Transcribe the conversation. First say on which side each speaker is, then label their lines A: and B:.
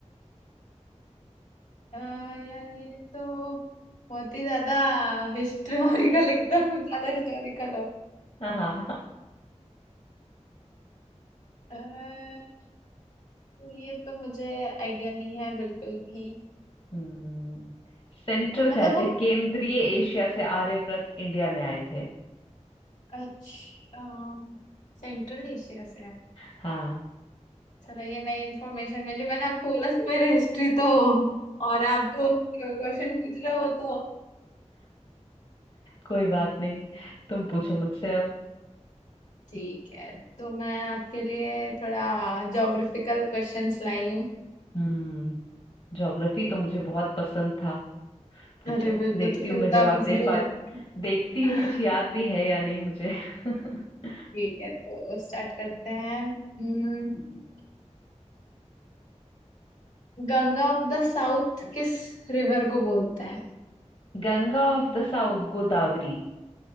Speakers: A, on the left (about 75°); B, on the left (about 45°).
A: अह, यार ये तो बहुत ही ज्यादा हिस्टोरिकल
B: <laughs>
A: एकदम ज्यादा हिस्टोरिकल हो
B: हाँ
A: अह, ये तो मुझे आइडिया नहीं है बिल्कुल भी
B: हम्म सेंट्रल
A: मतलब
B: से आए
A: वो
B: थे केंद्रीय एशिया से आर्यव्रत इंडिया में आए थे <laughs>
A: अच्छा सेंट्रल एशिया से है
B: हाँ
A: चलो ये नई इन्फॉर्मेशन मिली मैंने आपको बोला था, मेरा हिस्ट्री तो और आप जो क्वेश्चन पूछ रहे हो वो तो
B: कोई बात नहीं तुम पूछो मुझसे अब
A: ठीक है तो मैं आपके लिए थोड़ा ज्योग्राफिकल क्वेश्चंस लाई हूँ
B: हम्म ज्योग्राफी तो मुझे बहुत पसंद था पूछो
A: अरे बिल्कुल
B: देखती
A: तो फिर
B: हूँ मैं
A: तो
B: जवाब
A: आप इजीली
B: दे पा
A: दे
B: देखती
A: <laughs>
B: हूँ कुछ याद भी है या नहीं मुझे <laughs>
A: ठीक है तो स्टार्ट करते हैं हम्म, गंगा ऑफ द साउथ किस रिवर को बोलते हैं
B: Ganga of the south Godavari